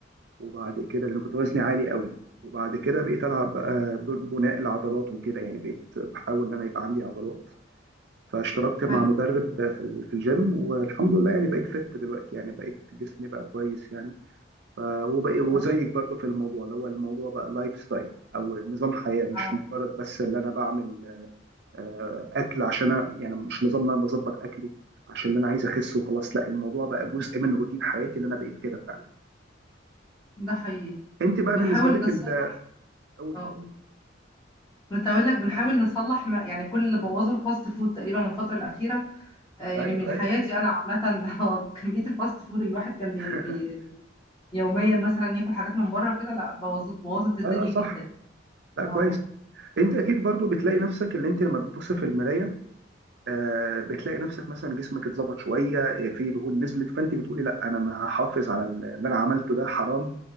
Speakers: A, on the right; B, on the left.
A: وبعد كده لان كنت وزني عالي قوي وبعد كده بقيت العب بقى بناء العضلات وكده يعني بقيت بحاول ان انا يبقى عندي عضلات فاشتركت
B: حلو
A: مع مدرب في ال- في الجيم والحمد لله يعني بقيت فت دلوقتي يعني بقيت جسمي بقى كويس يعني ف وبقى وزيك
B: طب
A: برضو في الموضوع اللي هو الموضوع بقى لايف ستايل او نظام حياة مش
B: اه
A: مجرد بس اللي انا بعمل آه، اكل عشان أنا يعني مش نظام اللي انا بظبط اكلي عشان اللي انا عايز اخس وخلاص لا الموضوع بقى جزء من روتين حياتي اللي انا بقيت كده فعلا
B: ده حقيقي
A: انت بقى
B: بنحاول
A: بالنسبة لك
B: نصلح
A: ال- قولي
B: اه قول. كنت هقول لك بنحاول نصلح ما يعني كل اللي بوظه الفاست فود تقريبا الفترة الأخيرة آه يعني
A: ايوه
B: من
A: ايوه
B: حياتي أنا عامة <laughs> هو كمية الفاست فود اللي الواحد كان بي
A: <laughs>
B: بي يوميا مثلا ياكل حاجات من بره وكده لا بوظت بوظت الدنيا
A: لا لا صح
B: جدا
A: لا
B: اه
A: كويس انت اكيد برضو بتلاقي نفسك اللي انت لما بتبص في المراية آه، بتلاقي نفسك مثلا جسمك اتظبط شويه آه، في دهون نزلت فانت بتقولي لا انا ما هحافظ على اللي انا عملته ده حرام